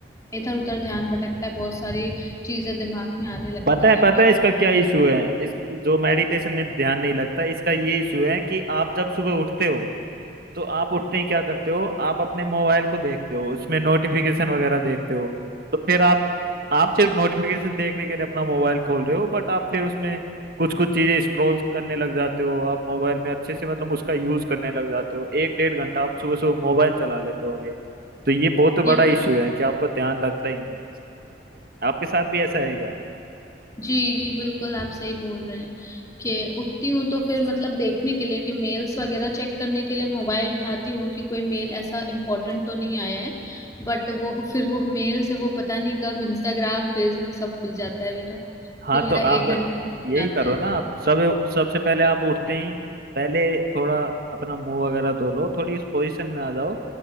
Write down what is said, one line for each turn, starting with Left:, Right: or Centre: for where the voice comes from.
Left: इधर उधर ध्यान भटकता है बहुत सारी चीजें दिमाग में आने लगती
Right: पता है
Left: हैं
Right: पता है इसका क्या इशू है इस जो मेडिटेशन में ध्यान नहीं लगता इसका ये इशू है कि आप जब सुबह उठते हो तो आप उठते ही क्या करते हो आप अपने मोबाइल को देखते हो उसमें नोटिफिकेशन वगैरह देखते हो तो फिर आप आप सिर्फ नोटिफिकेशन देखने के लिए अपना मोबाइल खोल रहे हो बट आप फिर उसमें कुछ कुछ चीजें स्क्रॉल करने लग जाते हो आप मोबाइल में अच्छे से मतलब उसका यूज करने लग जाते हो एक डेढ़ घंटा आप सुबह सुबह मोबाइल चला लेते होगे तो ये बहुत बड़ा
Left: ये बात
Right: इश्यू है कि आपका ध्यान लगता ही नहीं आपके साथ भी ऐसा है क्या
Left: जी ये बिल्कुल आप सही बोल रहे हैं कि उठती हूँ तो फिर मतलब देखने के लिए कि मेल्स वगैरह चेक करने के लिए मोबाइल उठाती हूँ कि कोई मेल ऐसा इम्पोर्टेंट तो नहीं आया है बट वो <laughs> फिर वो मेल से वो पता नहीं कब इंस्टाग्राम फेसबुक सब खुल जाता है मेरा
Right: हाँ
Left: फिर मेरा
Right: तो
Left: एक
Right: आप
Left: घंटा लग
Right: यही
Left: जाता
Right: करो
Left: है
Right: ना आप सब सबसे पहले आप उठते ही पहले थोड़ा अपना मुंह वगैरह धो लो थोड़ी इस पोजीशन में आ जाओ